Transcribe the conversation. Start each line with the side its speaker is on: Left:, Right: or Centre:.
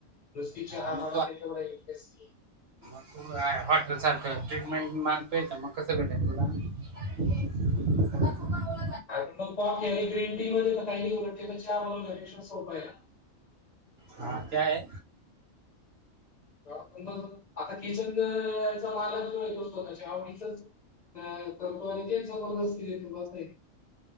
Left: नुसती चहा,
Right: हा मग
Left: मला काही तेवढा इंटरेस्ट नाही.
Right: तु काय हॉटेल सारखं ट्रीटमेंट मागतो इथं, मग कसं भेटल तुला? कुणाचं? <unintelligible>
Left: अं, गं <unintelligible> ग्रीन टी मध्ये काही ही नाही उलट चहा <unintelligible> वगैरेे सोपं हाया.
Right: हा, ते आहे?
Left: <unintelligible> मग आता किचनचचं, मालक जो आहे स्वतःच्या आवडीचचं. अं करतो आणि ते जबाबदारी. <unintelligible>